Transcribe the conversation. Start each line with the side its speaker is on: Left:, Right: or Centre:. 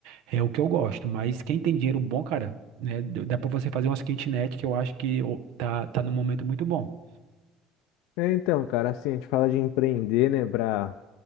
Right: é o que eu gosto. Mas quem tem dinheiro bom, cara, né? d- Dá pra você fazer umas kitnet que eu acho que ô, tá, tá num momento muito bom.
Left: É, então, cara, assim, a gente fala de empreender, né, pra,